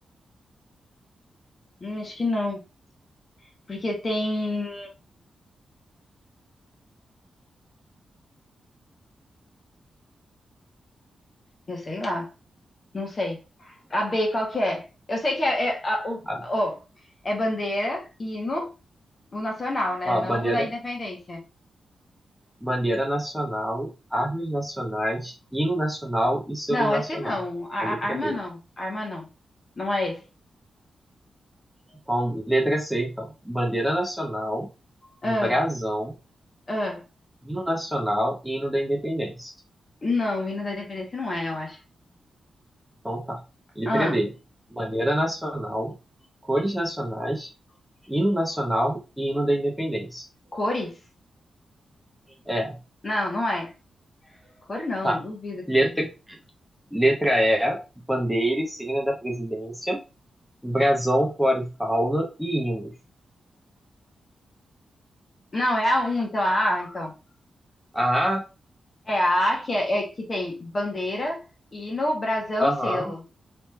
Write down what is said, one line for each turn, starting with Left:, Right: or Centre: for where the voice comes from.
Left: Hum, acho que não. Porque tem... Eu sei lá, não sei. A B, qual que é? Eu sei que é, é a- o,
Centre: A,
Left: ó, é bandeira, hino, O nacional, né?
Centre: a
Left: Não
Centre: bandeira
Left: o da independência.
Centre: bandeira nacional, armas nacionais, hino nacional e selo
Left: Não,
Centre: nacional.
Left: esse não. A-
Centre: A letra
Left: a- arma
Centre: B.
Left: não. Arma não. Não é esse.
Centre: Então, letra C, então. Bandeira nacional,
Left: Ah,
Centre: brasão,
Left: ah.
Centre: hino nacional e hino da independência.
Left: Não, o hino da independência não é, eu acho.
Centre: Então, tá. Letra
Left: Ah,
Centre: D. Bandeira nacional, cores nacionais, hino nacional e hino da independência.
Left: cores?
Centre: É,
Left: Não, não é. Cor não,
Centre: tá.
Left: duvido que
Centre: Letra,
Left: seja.
Centre: letra E. Bandeira e signa da presidência, brasão, flora e fauna e hinos.
Left: Não, é a um, então a A, então.
Centre: Ah,
Left: É a A que, é, é que tem bandeira, hino, brasão e
Centre: aham,
Left: selo.